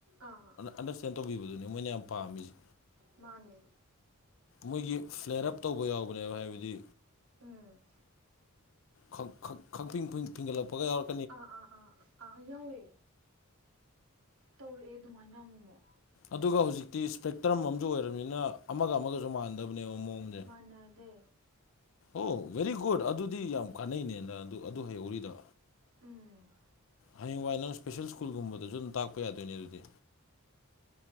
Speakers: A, on the right (about 75°); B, on the left (about 60°).
A: ꯑꯥ
B: ꯑꯟꯗꯔꯁꯇꯦꯟ ꯇꯧꯕꯤꯕꯗꯨꯅꯤ ꯃꯣꯏꯅ ꯌꯥꯝ ꯄꯥꯝꯃꯤꯁꯦ꯫
A: ꯃꯥꯅꯦ
B: ꯃꯣꯏꯒꯤ ꯐ꯭ꯂꯦꯔꯞ ꯇꯧꯕ ꯌꯥꯎꯕꯅꯦꯕ ꯍꯥꯏꯕꯗꯤ
A: ꯎꯝ
B: ꯈꯥ ꯈꯥ ꯈꯥꯡꯐꯤꯡ ꯐꯤꯡꯒꯠꯂꯛꯄꯒ ꯌꯥꯎꯔ꯫
A: ꯑꯥ ꯑꯥ ꯑꯥ ꯑꯥ ꯌꯥꯎꯑꯦ ꯇꯧꯔꯛꯑꯦ ꯑꯗꯨꯃꯥꯏꯅ ꯑꯃꯨꯛꯃꯛ꯫
B: ꯑꯗꯨꯒ ꯍꯧꯖꯤꯛꯇꯤ ꯏꯁꯄꯦꯛꯇ꯭ꯔꯝ ꯑꯃꯖꯨ ꯑꯣꯏꯔꯕꯅꯤꯅ ꯑꯃꯒ ꯑꯃꯒꯁꯨ ꯃꯥꯟꯅꯗꯕꯅꯦꯕ ꯃꯑꯣꯡꯗ꯫
A: ꯃꯥꯅꯗꯦ
B: ꯑꯣ ꯕꯦꯔꯤꯒꯨꯗ ꯑꯗꯨꯗꯤ ꯌꯥꯝ ꯀꯥꯟꯅꯩꯅꯦꯅ ꯑꯗꯨ ꯑꯗꯨ ꯍꯩꯍꯧꯔꯤꯗꯣ꯫
A: ꯎꯝ
B: ꯍꯌꯦꯡꯋꯥꯏ ꯅꯪ ꯏꯁꯄꯦꯁꯦꯜ ꯁ꯭ꯀꯨꯜꯒꯨꯝꯕꯗ ꯑꯗꯨꯝ ꯇꯥꯛꯄ ꯌꯥꯗꯣꯏꯅꯦ ꯑꯗꯨꯗꯤ꯫